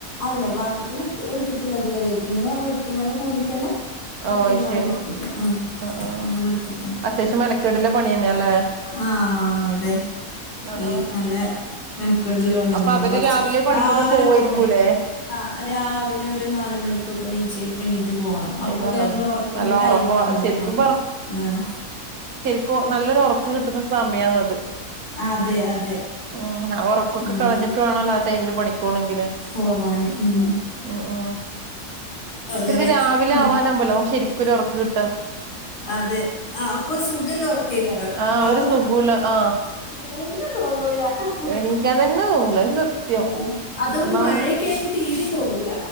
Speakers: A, on the left; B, on the right.
A: അല്ല പാട്ടത്തിന് ഇട്ത്ത് ഇട്ത്ത്ട്ടില്ല ഇത് വെരായിട്ട് ഇങ്ങനെ വെട്ടിങ്ങാണ്ട് കൂലിക്കെന്നെ വെട്ടിങ്ങാണ്ട്
B: ഓ ശരി
A: ഇട്ത്ത്ക്ക് ആ
B: ആ
A: അങ്ങനെ ഇട്ത്ത്ക്ക
B: അത്യാവശ്യം മെനക്കേടില്ല പണി തന്നെയല്ലേ
A: ആ അതെ
B: ആ
A: ഈ
B: ആ
A: നല്ലെ മെനക്കേട്ള്ള പണിതന്നെയാണ്
B: അപ്പൊ അവര്
A: കൊറച്ച്.
B: രാവിലെ പണിക്കൊക്കെ
A: രാവിലെ
B: പോവായിരിക്കൂല്ലേ
A: പോണേ. ആഹ് രാവിലെ ഒരു നാല് മണിക്കൊക്കെ ണീച്ച്. എണീറ്റ് പോണം. അപ്പൊക്കെ
B: അയ്യോ
A: നമ്മളെ ഒറക്കിന്റെ
B: നല്ല
A: ടൈം
B: ഉറ
A: ആണല്ലോ
B: ശരിക്കും
A: അപ്പളക്കെ. ആഹ്.
B: ക്കു നല്ലൊരു ഒറക്ക് കിട്ട്ന്ന സമയന്നത്.
A: അതെ അതെ.
B: ഉം ആ ഒറ ക്കൊക്കെ
A: ഉം
B: കളഞ്ഞിട്ട് വേണല്ലോ ആ ടൈമില് പണിക്കോണെങ്കില്.
A: പോവാന് ഉം
B: ഉം ഉം.
A: അങ്ങനെ
B: ശരിക്കും രാവിലെ
A: ഉം
B: ആവാനാവ്മ്പല്ലെ നമ്ക്ക് ശെരിക്കൊരു ഒറക്ക് കിട്ട?
A: അതെ. ആഹ് അപ്പൊ സുഖള്ളെ ഒറക്കേയ്ക്കാരം നമ്മളാ
B: ആഹ് ഒരു
A: ഒറങ്ങ്ന്ന
B: സുഖൂല്ല ആഹ്
A: ഒണർന്നാൻ തോന്നൂല്ല. ഉം.
B: എണീക്കാൻ തന്നെ തോന്നൂല അത് സത്യം
A: അതന്നെ. അതും
B: ഒന്നാമതെ
A: മഴയൊക്കെ ആണെ തീരെയും തോന്നൂല്ല.